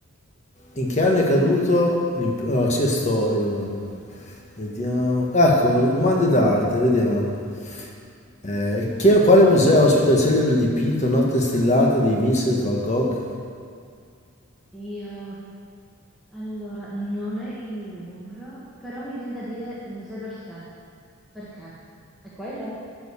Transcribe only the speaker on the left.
in che anno è caduto l'impero... Ah, sì, è storia, no, no. Vediamo. Ecco, domande d'arte, vediamo. Eh, chi- quale museo ospita il celebre dipinto Notte stellata di Vincent van Gogh?